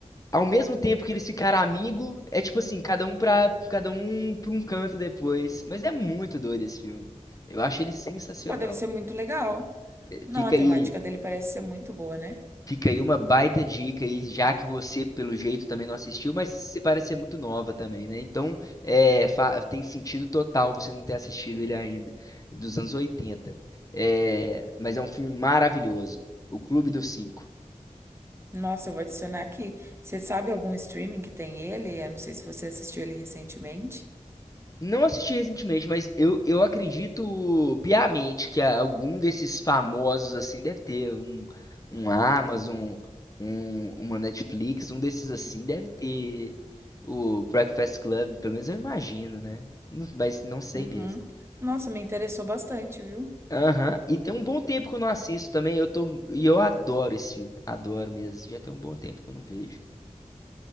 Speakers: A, on the left; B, on the right.
A: ao mesmo tempo que eles ficaram amigos, é tipo assim, cada um pra, cada um pra um canto depois. Mas é muito doido esse filme. Eu acho ele sensacional.
B: Pô, deve ser muito legal.
A: Eh,
B: Não,
A: Fica
B: a temática
A: aí,
B: dele parece ser muito boa, né?
A: fica aí uma baita dica aí, já que você, pelo jeito, também não assistiu, mas você parece ser muito nova também, né? Então, é, fa- tem sentido total você não ter assistido ele ainda, dos anos 80. É, mas é um filme maravilhoso. O Clube dos Cinco.
B: Nossa, eu vou adicionar aqui. Você sabe algum streaming que tem ele? Eu não sei se você assistiu ele recentemente.
A: Não assisti recentemente, mas eu, eu acredito piamente que algum desses famosos, assim, deve ter um, um Amazon, um, uma Netflix, um desses assim, deve ter o Breakfast Club, pelo menos eu imagino, né? Não- Mas não sei
B: Uhum.
A: mesmo.
B: Nossa, me interessou bastante, viu?
A: Aham, E tem um bom tempo que eu não assisto também, eu tô, e eu adoro esse filme, adoro mesmo, já tem um bom tempo que eu não vejo.